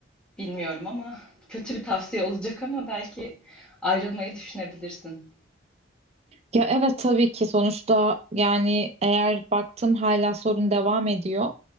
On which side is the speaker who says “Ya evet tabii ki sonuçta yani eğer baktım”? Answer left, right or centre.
Right